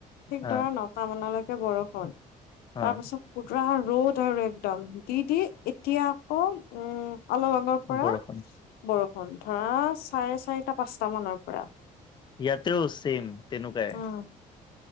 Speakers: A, on the left (about 85°); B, on the left (about 30°).
A: ঠিক
B: হা
A: ধৰা ন নটা মানলৈকে বৰষূণ,
B: হা
A: তাৰ পাছত <unintelligible> ৰ'দ আৰু একদম, দি-দি এতিয়া আকৌ উম, অলপ আগৰ পৰা
B: বৰষুণ
A: বৰষুণ, ধৰা চাৰে চাৰিটা পাঁচটা মানৰ পৰা।
B: ইয়াতেও ছেম তেনেকুৱাই
A: উম,